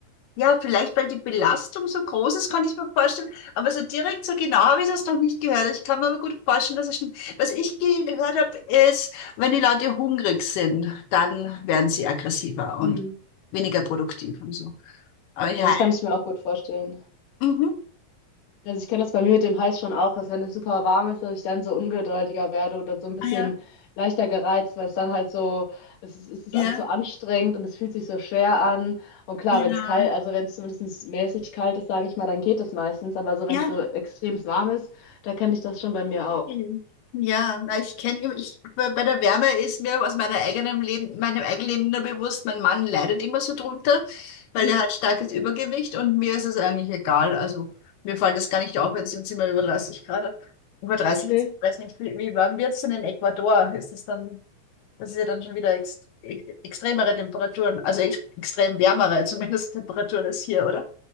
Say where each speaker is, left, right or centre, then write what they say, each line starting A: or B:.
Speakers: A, on the left; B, on the left.
A: Ja, vielleicht, weil die Belastung so groß ist, kann ich mir vorstellen. Aber so direkt, so genau habe ich das noch nicht gehört. Ich kann mir aber gut vorstellen, dass es stimmt. Was ich gehört habe, ist, wenn die Leute hungrig sind, dann werden sie aggressiver und
B: Hm.
A: weniger produktiv und so. Aber ja,
B: Ja, das kann ich mir auch gut vorstellen.
A: mhm.
B: Also ich kenne das bei mir mit dem Hals schon auch, dass wenn es super warm ist, dass ich dann so ungeduldiger werde oder so ein bisschen
A: Ah, ja,
B: leichter gereizt, weil es dann halt so, es ist, es ist
A: ja,
B: alles so anstrengend und es fühlt sich so schwer an. Und klar,
A: ja,
B: wenn es kalt, also wenn es zumindest mäßig kalt ist, sage ich mal, dann geht es meistens. Aber so,
A: ja,
B: wenn es so extrem warm ist, da kenne ich das schon bei mir auch.
A: Mhm. Ja, na, ich kenne, ich, bei bei der Wärme ist mir aus meiner eigenen Leben, meinem eigenen Leben nur bewusst, mein Mann leidet immer so drunter, weil
B: <laughs>
A: er hat starkes Übergewicht und mir ist es eigentlich egal. Also mir fällt das gar nicht auf, wenn es im Zimmer über dreißig Grad, hat. über 30,
B: Nee.
A: ist, ich weiß nicht, wie, wie warm wird es denn in Ecuador? Ist es dann, das ist ja dann schon wieder ex, e- extremere Temperaturen, also ex, extrem wärmere zumindest Temperaturen als hier, oder?